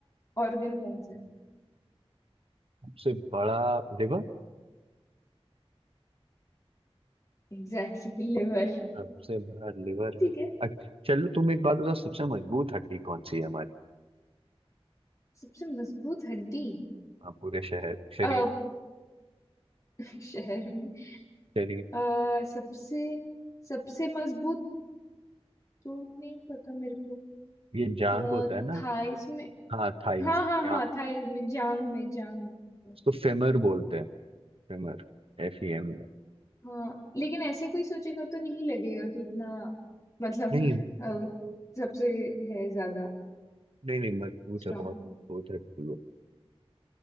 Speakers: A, on the left (about 30°); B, on the right (about 65°).
A: ऑर्गन कौन सा है
B: सबसे बड़ा लिवर
A: Exactly exactly, <laughs> लिवर
B: सबसे बड़ा लिवर
A: ठीक
B: है
A: है
B: अच्छा चलो तुम एक बात बताओ सबसे मजबूत हड्डी कौन सी है हमारी
A: सबसे मजबूत हड्डी
B: हाँ, पूरे शहर शरीर
A: अब <laughs> शहर में
B: शरीर
A: अ, सबसे सबसे मजबूत तो नहीं पता मेरे को
B: ये जांग
A: अः
B: होता है ना
A: थाइस में
B: हाँ थाइस
A: हाँ हाँ
B: जांग
A: हाँ थाइस में जांग में जांग में
B: उसको फेमर बोलते हैं Femur F E M
A: हाँ लेकिन ऐसे कोई सोचेगा तो नहीं लगेगा कि इतना मतलब
B: नहीं
A: अ, सबसे है ज्यादा
B: नहीं नहीं मजबूत
A: स्ट्रांग
B: है बहुत मजबूत है बिल्कुल वो।